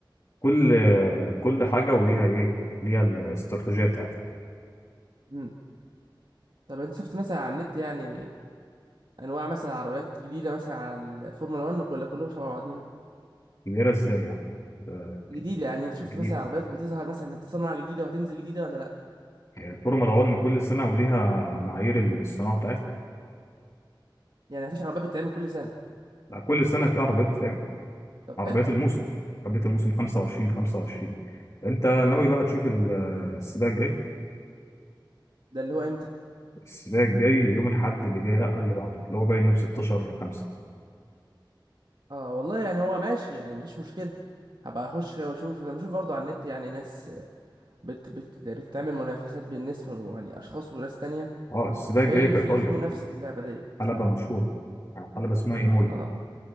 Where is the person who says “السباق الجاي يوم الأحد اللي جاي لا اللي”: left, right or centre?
Left